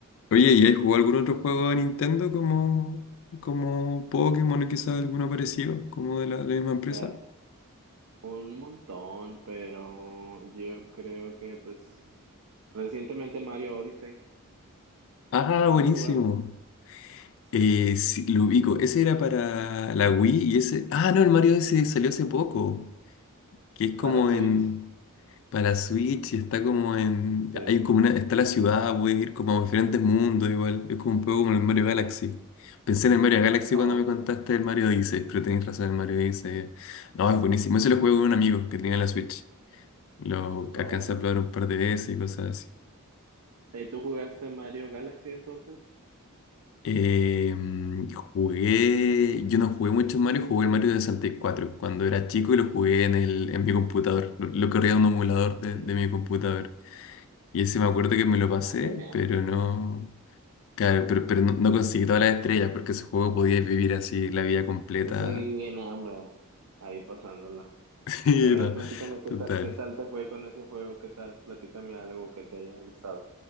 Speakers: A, on the left; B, on the right.
A: Oye, ¿y has jugado algún otro juego de Nintendo como, como Pokémon o quizás alguno parecido, como de la, de la misma empresa?
B: Ah, un montón, pero yo creo que, pues, recientemente Mario Odyssey,
A: Ah,
B: ¿lo
A: buenísimo.
B: has jugado? Sí,
A: Eh, sí, lo ubico. Ese era para la Wii y ese. Ah, no, el Mario ese salió hace poco. Que es como
B: para Switch,
A: en. Para Switch y está como en.
B: sí,
A: Hay como una. Está la ciudad, puedes ir como a diferentes mundos igual. Es como un poco como el Mario
B: sí,
A: Galaxy. Pensé en el Mario Galaxy
B: oh,
A: cuando me contaste
B: sí,
A: el Mario Odyssey, pero tenés razón, el Mario Odyssey. No, es buenísimo. Ese lo jugué con un amigo que tenía la Switch. Lo
B: oh.
A: alcancé a probar un par de veces y cosas así.
B: ¿Y tú jugaste Mario Galaxy entonces?
A: Em, jugué, yo no jugué mucho Mario, jugué el Mario de 64 cuando era chico y lo jugué en el, en mi computador. Lo, lo corría en un emulador de,
B: Mm,
A: de mi computador. Y ese me acuerdo que me lo pasé,
B: ya, genial.
A: pero no, claro, pero, pero no, no conseguí todas las estrellas porque ese juego podía vivir así la vida completa.
B: Eso bien
A: <laughs>
B: hambre, ahí pasándola.
A: Sí,
B: Y a ver,
A: no,
B: platícame qué
A: total.
B: tal, qué tal te fue con ese juego, qué tal, platícame algo que te haya gustado.